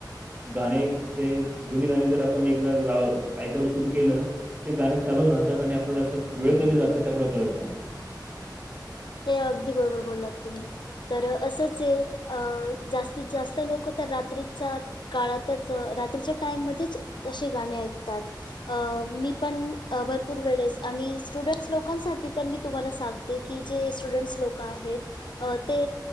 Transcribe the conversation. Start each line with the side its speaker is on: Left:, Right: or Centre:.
Right: गांणे ते जुंनी गांणी जरं आपणं एकदां लावं ऐकां सुरूं केलं ते गांणं चालवूंन राहतांत आणि आपल्यांला असं वेळं कधीं जातांत ते आपल्यांला कळतं नाहीं
Left: हे अगदीं बरोबर बोललांत तुम्हीं तरं असंच एक अं जास्तीत जास्तं लोकं तरं रात्रीचां काळांतचं रात्रीच्यां टाईम मध्येचं ते गांणे ऐकतांत अ मी पण अ भरपूर वेळेस, आणि स्टुडंट्स लोकांसाठी तर मी तुम्हाला सांगते की, जे स्टुडंट्स लोकं आहेत अ ते